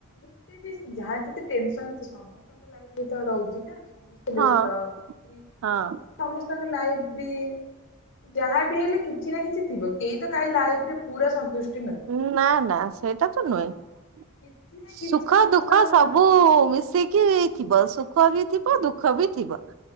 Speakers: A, on the left; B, on the right.
A: ଯେତେ ବି ଯାହାର ଯେତେ ଟେନସନ୍ ସେ ସମସ୍ତ ତମ ଲାଇଫ ରେ ତ ରହୁଛି ନା ସମସ୍ତ ବ୍ୟସ୍ତ।
B: ହଁ
A: <unintelligible>
B: ହଁ
A: ସମସ୍ତଙ୍କ ଲାଇଟ ବି ଯାହା ବି ହେଲେ କିଛି ନା କିଛି ଥିବ। କେହି ତ କାଇ ଲାଇଫ୍ ରେ ପୁରା ସନ୍ତୁଷ୍ଟି ନଥି
B: ଉ ନା ନା ସେ ଏଟା ତ ନୁହେଁ।
A: କିଛି
B: <inaudible>
A: ନା
B: ସୁଖ
A: କିଛି ସମସ୍ତଙ୍କ
B: ଦୁଃଖ ସବୁ
A: ମନ
B: ମିଶୀଇ କି ଥିବ ସୁଖ ବି ଥିବ ଦୁଃଖ ବି ଥିବ।